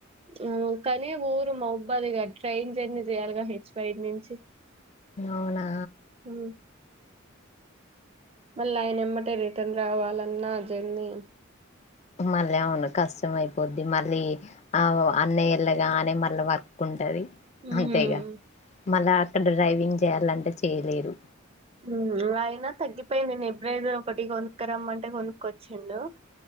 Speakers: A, on the right; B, on the left.
A: ఉ కానీ ఊర్ రు మోబదిగా ట్రైన్ జర్నీ చేయాలిగా హెచ్ వైడ్ నుంచి
B: అవునా
A: ఉ మళ్ళీ ఆయన ఎమ్మటే రిటర్న్ రావాలన్నా జర్నీ
B: మళ్ళీ అవును కష్టం అయిపోద్ది మళ్ళీ ఆ అన్నయ ఎల్ళగానే మళ్ళీ వర్క్ ఉంటది
A: ఉమ్
B: అంతేగా మళ్ళ అక్కడ డ్రైవింగ్ చేయాలంటే చేయలేరు
A: ఉ అయినా తగ్గిపోయింది నేబరెరర్ ఒకటి కొనుక్క రమ్మంటే కొనుక్కొచ్చిండు